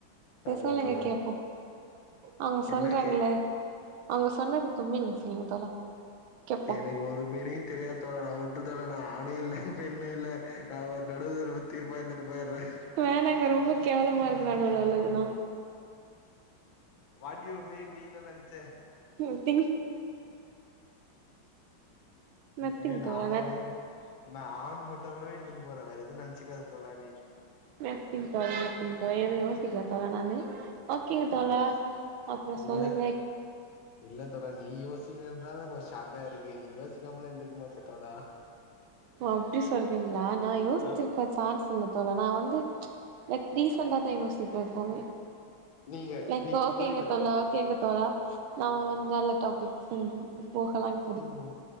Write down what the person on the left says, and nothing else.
ஆமா
தோழா
என்ன
கேப்
என ஒரு மீனிங்கு தெரியாத் தோழா நா உட்ரு தோழா நா ஆணு இல்ல பெண்ணு இல்ல நா ஒர் நடுதர ப தீர்ப்பா இர்ந்துட்டு போயிற்ற
வாட் யூ மீன் நீ இன்ன நெனச்ச
ஏங்க நா
ஆணவே
இந்த என்ன ஆண் மட்டுவே இந்துனு போறே வேற எதுவு நென்ச்சுக்காத தோழா நீ
நீ
இல்ல இல்ல தோழா நீ யோசிக்கலன்தா எனக் ஒரு ஷாக்கா இருக்கு நீ யோசிக்காமலா இர்ந்துக்க மாட்ட தோழா
ஆ
நீங்க
நீ
புரியல
ப்ரோ
ம்